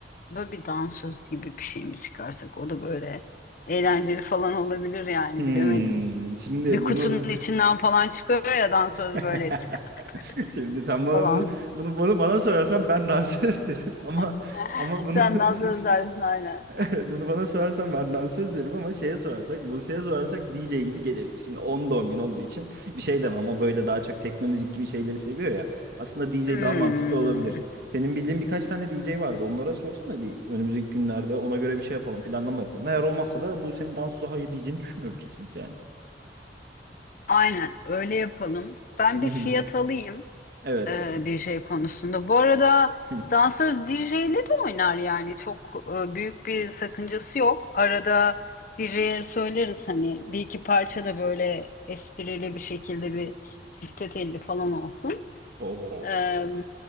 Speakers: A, on the left; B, on the right.
A: böyle bir dansöz gibi bir şey mi çıkarsak? O da böyle eğlenceli falan olabilir yani
B: Hmm,
A: bilemedim.
B: şimdi
A: Bir kutunun
B: bunu
A: içinden falan çıkıyor ya dansöz
B: <laughs>
A: böyle tık tık tık tık
B: şimdi sen bana
A: falan.
B: bunu bunu bunu bana sorarsan ben dans <laughs> ederim ama
A: <laughs>
B: ama bunu
A: Sen dansöz
B: <laughs>
A: dersin aynen.
B: Evet, bunu bana sorarsan ben dansöz derim ama şeye sorarsak, Buse'ye sorarsak DJ gibi gelebilir. Şimdi 10 doğum günü olduğu için bir şey demem. O böyle daha çok tekno müzik gibi şeyleri seviyor ya. Aslında DJ
A: Hmm,
B: daha mantıklı olabilir. Senin bildiğin birkaç tane DJ vardı. Onlara sorsana bir önümüzdeki günlerde ona göre bir şey yapalım, planlama yapalım. Eğer olmazsa da Buse'nin dansöze hayır diyeceğini düşünmüyorum kesinlikle yani.
A: aynen öyle yapalım. Ben
B: Hı
A: bir
B: hı.
A: fiyat alayım.
B: Evet.
A: e, DJ konusunda. Bu arada
B: Hı.
A: dansöz DJ'li de oynar yani çok e, büyük bir sakıncası yok. Arada DJ'ye söyleriz hani bir iki parça da böyle esprili bir şekilde bir çifte telli falan olsun.
B: Oo.
A: E,